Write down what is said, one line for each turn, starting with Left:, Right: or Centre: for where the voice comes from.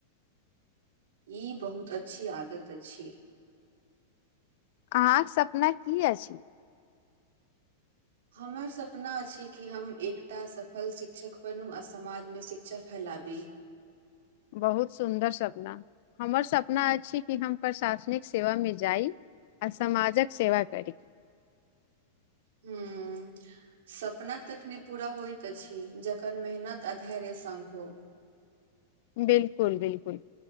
Right: ई बहुत अच्छी आदत अछि
Left: अहाँक सपना की अछि
Right: हमर सपना अछि कि हम एकटा सफल शिक्षक बनू आ समाजमे शिक्षा फैलाबी
Left: बहुत सुन्दर सपना हमर सपना अछि कि हम प्रशासनिक सेवा मे जाइ आ समाजक सेवा करी
Right: हूंम्म सपना तखने पूरा होइत अछि जखन मेहनत आ धैर्य संग हो
Left: बिलकुल बिलकुल